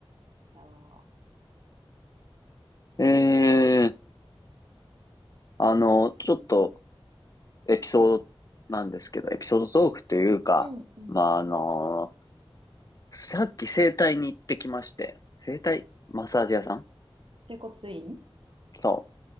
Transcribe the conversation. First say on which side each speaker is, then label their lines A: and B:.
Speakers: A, on the right (about 60°); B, on the left (about 40°).
A: そ
B: ら。えー、あの、ちょっとエピソードなんですけど、エピソードトークというか、
A: う。うんうん。
B: まあ、あのさっき整体に行ってきまして、整体マッサージ屋さん
A: 整骨院
B: そ